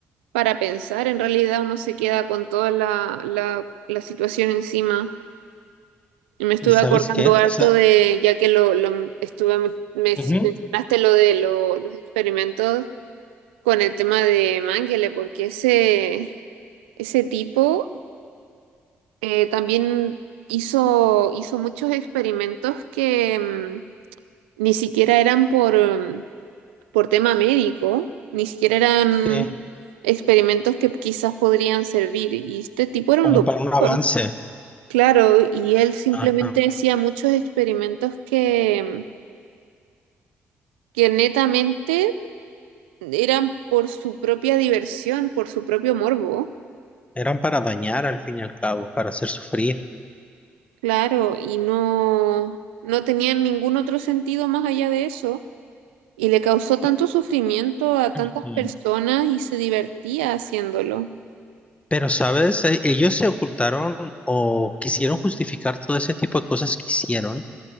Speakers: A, on the right; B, on the left.
A: para pensar, en realidad uno se queda con toda la, la, la situación encima. Y me estuve
B: ¿Y sabes
A: acordando
B: qué?
A: harto
B: O sea,
A: de, ya que lo, lo estuve, me mencionaste
B: ujú,
A: lo de lo- los experimentos con el tema de Mengele, porque ese, ese tipo... eh, también hizo, hizo muchos experimentos que mm, ni siquiera eran por, mm, por tema médico, ni siquiera eran
B: sí,
A: experimentos que quizás podrían servir. Y este tipo era
B: como
A: un doctor,
B: para un avance.
A: claro, y él simplemente
B: Ajá.
A: hacía muchos experimentos que, mm, que netamente eran por su propia diversión, por su propio morbo,
B: Eran para dañar al fin y al cabo, para hacer sufrir.
A: claro, y no, no tenían ningún otro sentido más allá de eso. Y le causó tanto
B: Y-
A: sufrimiento a tantas
B: ujú.
A: personas y se divertía haciéndolo.
B: Pero, ¿sabes? E- Ellos se ocultaron o quisieron justificar todo ese tipo de cosas que hicieron